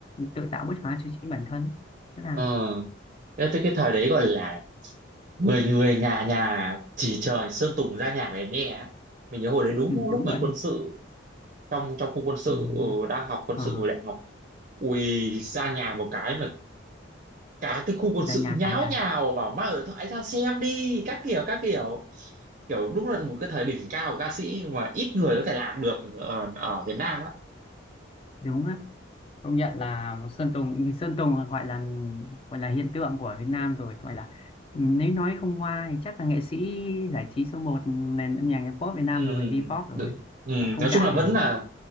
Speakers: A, on the left (about 30°); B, on the right (about 40°).
A: tự tạo bứt phá cho chính bản thân tức là
B: ờ cái, cái cái thời đấy gọi là người người nhà nhà chỉ trời Sơn Tùng ra nhạc để nghe á. mình nhớ hồi đấy đúng
A: ừ, đúng
B: lúc mình
A: rồi đấy.
B: quân sự trong trong khu quân sự
A: ừ.
B: ừ, đang học quân
A: ờ,
B: sự hồi đại học ui ra nhà một cái mà cả cái khu quân
A: ra
B: sự
A: nhà
B: nháo
A: cái lành
B: nhào bảo mang điện thoại ra xem đi các kiểu các kiểu kiểu đúng là một cái thời đỉnh cao của ca sĩ mà ít người có thể làm được ở, ở Việt Nam á
A: đúng á công nhận là Sơn Tùng Sơn Tùng gọi là gọi là hiện tượng của Việt Nam rồi gọi là ừ, nếu nói không hoa thì chắc là nghệ sĩ giải trí số một nền âm nhạc pop Việt Nam
B: ừ,
A: rồi V-pop rồi
B: đự- ừ,
A: Là không
B: nói
A: cãi
B: chung là vẫn
A: được rồi
B: là